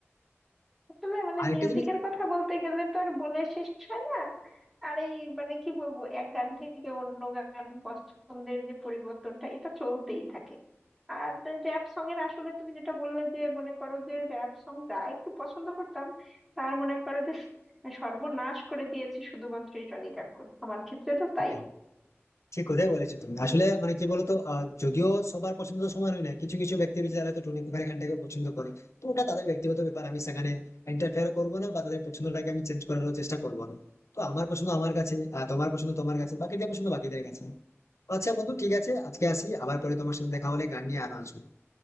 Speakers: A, in the centre; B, on the left.
A: আসলে মানে
B: আরেকটা
A: মিউজিকের
B: জিনিস
A: কথা বলতে গেলে তো আর বলে শেষ হয় না আর এই মানে কি বলবো এক গান থেকে অন্য গান পছন্দের যে পরিবর্তনটা এটা চলতেই থাকে আর র‍্যাপ সং এর আসলে তুমি যেটা বললে যে মনে করো যে র‍্যাপ সং যা একটু পছন্দ করতাম তার মনে করো যে সর্বনাশ করে দিয়েছি শুধুমাত্র এই টনি কাকুর আমার ক্ষেত্রে তো তাই
B: হ্যাঁ ঠিক কথাই বলেছো তুমি আসলে মানে কি বলতো আহ, যদিও সবার পছন্দ তো সমান হয় না কিছু কিছু ব্যক্তি রয়েছে যারা তো টুনি মুখার্জির গানটাকে পছন্দ করে তো ওটা তাদের ব্যক্তিগত ব্যাপার আমি সেখানে ইন্টারফেয়ার করবো না বা তাদের পছন্দটাকে আমি চেঞ্জ করার চেষ্টা করবো না তো আমার পছন্দ আমার কাছে আহ, তোমার পছন্দ তোমার কাছে বাকিদের পছন্দ বাকিদের কাছে আচ্ছা বন্ধু ঠিক আছে আজকে আসি আবার পরে তোমার সাথে দেখা হলে গান নিয়ে আরো আসবো